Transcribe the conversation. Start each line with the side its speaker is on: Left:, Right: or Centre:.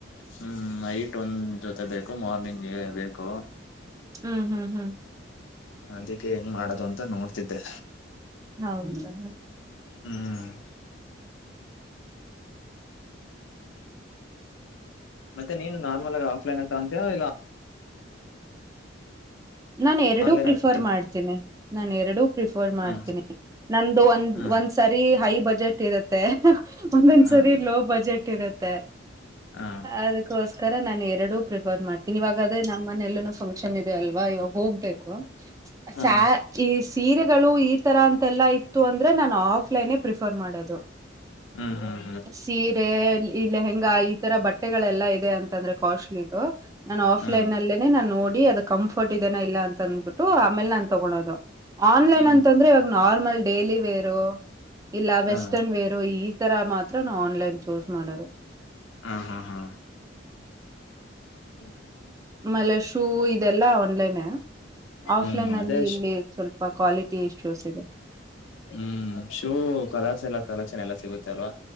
Left: ಹ್ಮ್ ನೈಟ್ ಒಂದ್ ಜೊತೆ ಬೇಕು ಮಾರ್ನಿಂಗ್ ಗೆ ಬೇಕು.
Right: ಹ್ಮ್ ಹ್ಮ್ ಹ್ಮ್.
Left: ಅದಿಕ್ಕೆ ಹೆಂಗ್ ಮಾಡೋದು ಅಂತ ನೋಡ್ತಿದ್ದೆ.
Right: ಹೌದಾ.
Left: ಹ್ಮ ಮತ್ತೆ ನೀನ್ ನಾರ್ಮಲ್ ಆಗ ಆಫ್ಲೈನ್ ಆಗ ತಂತೀಯ ಇಲ್ಲ.
Right: ನಾನು ಎರಡುೂ
Left: ಆನ್ಲೈನ್
Right: ಪ್ರಿಫರ್
Left: ಅಲ್ಲಿ
Right: ಮಾಡ್ತೀನಿ ನಾನು ಎರಡೂ ಪ್ರಿಫರ್ ಮಾಡ್ತೀನಿ.
Left: ಹಾ
Right: ನಮ್ದ ಒಂದ್
Left: ಹಾ
Right: ಒಂದ್ಸರಿ ಹೈ ಬಜೆಟ್ ಇರುತ್ತೆ. ಒಂದೊಂದ್ಸರಿ
Left: ಹಾ
Right: ಲೋ ಬಜೆಟ್ ಇರುತ್ತೆ
Left: ಹಾ
Right: ಅ. ಅಕ್ಕೋಸ್ಕರ ನಾನನ್ ಎರಡುೂ ಪ್ರಿಫರ್ ಮಾಡ್ತೀನಿ ಇವಾಗ ಅದೇ ನಮ್ಮ ಮನೆಲ್ಲುನು ಫಂಕ್ಷನ್ ಇದೆ ಅಲ್ವಾವ ಹೋಗಿ. ಬ. <unintelligible>
Left: ಹಾ
Right: ಸ ಈ ಸೀರೆಗಳು ಈ ತರ ಅಂತೆಲ್ಲಾ ಇತ್ತು ಅಂದ್ರೆ ನಾನು ಆಫ್ಲೈನ್ೇ ಪ್ರಿಫರ್ ಮಾಡೋದು.
Left: ಹ್ಮ್ ಹ್ಮ್ ಹ್ಮ್.
Right: ಸೀರೆ ಈ ಲೆಹಂಗಾ ಈ ತರ ಬಟ್ಟೆಗಳೆಲ್ಲಾ ಇದೆ ಅಂತಂದ್ರೆ ಕಾಸ್ಟ್ಲಿಿದು. ನಾನನ್ ಆಫ್ಲೈನ್
Left: ಹ್ಮ್ ಹಾ
Right: ಅಲ್ಲೇನೆ ನಾನ್ ನೋಡಿ ಅದ ಕಂಫರ್ಟ್ ಇದೇನ ಇಲ್ಲ ಅಂತ ಅಂದಬಿಟ್ಟು ಆಮೇಲೆ ನಾನ್ ತಗೊಳೋದು. ಆನ್ಲೈನ್
Left: ಹ್ಮ್
Right: ಅಂತಂದ್ರೆ ಇವಾಗ ನಾರ್ಮಲ್ ಡೈಲಿ ವೇರು. ಇಲ್ಲ ವೆಸ್ಟರ್ನ್
Left: ಹಾ
Right: ವೇರ್ ಈ ತರ ಮಾತ್ರ ನಾವು ಆನ್ಲೈನ್ ಚೂಸ್ ಮಾಡೋರು.
Left: ಹಾ ಹಾ ಹಾ. ಹ <unintelligible>
Right: ಆಮೇಲೆ ಶೂ ಇದೆಲ್ಲಾ ಆನ್ಲೈನ್ ಆಫ್ಲೈನ್
Left: ಹ್ಮ್
Right: ಅಲ್ಲಿ
Left: ಅದೇ
Right: ಇಲ್ಲಿ ಸ್ವಲ್ಪ. ಕ್ವಾಲಿಟಿ ಇಶ್ಯೂಸ್ ಇದೆ.
Left: ಹ್ಮ್ ಶೂ ಕಲರ್ಸ್ ಎಲ್ಲಾ ಕಲೆಕ್ಷನ್ ಎಲ್ಲಾ ಸಿಗುತ್ತೆ ಅಲ್ವಾ.